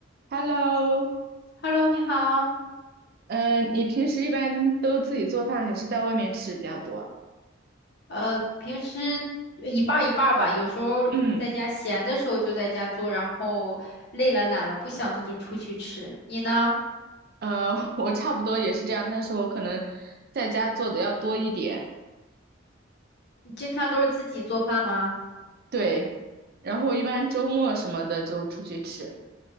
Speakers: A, on the right; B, on the left.
A: Hello，
B: Hello，你好。
A: 嗯、呃你平时一般都自己做饭还是在外面吃比较多？
B: 呃，平时呃一半儿一半儿吧，有时候在家闲的时候就在家做，
A: 嗯，
B: 然后累了懒了不想做就出去吃。你呢？
A: 呃，<laughs> 我差不多也是这样，但是我可能在家做的要多一点。
B: 你经常都是自己做饭吗？
A: 对，然后我一般周末什么的就出去吃，